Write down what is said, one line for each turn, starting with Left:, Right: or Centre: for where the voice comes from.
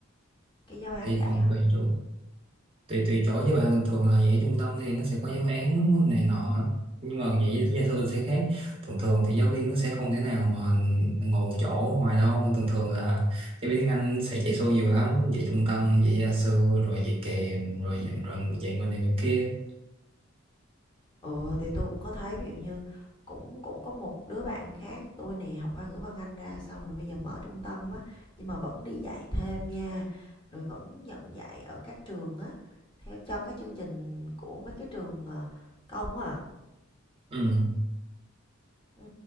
Left: Cái giáo án
Right: thì
Left: vậy
Right: còn
Left: á.
Right: tùy chỗ tùy tùy chỗ với bạn thường thường là dạy trung tâm thì nó sẽ có giáo án này nọ nhưng mà dạy gia sư thì sẽ khác thường thường thì giáo viên nó sẽ không thể nào mà ngồi một chỗ hoài đâu thường thường là giáo viên tiếng Anh sẽ chạy xô nhiều lắm dạy trung tâm dạy gia sư rồi dạy kèm rồi dạy, rồi dạy người này người kia
Left: Ừ, thì tôi cũng có thấy ví dụ như cũng cũng có một đứa bạn khác tôi nè học khoa ngữ văn Anh ra xong rồi bây giờ mở trung tâm á nhưng mà vẫn đi dạy thêm nha rồi vẫn nhận dạy ở các trường á theo cho cái chương trình của mấy cái trường ờ, công á
Right: ừ.
Left: ừ,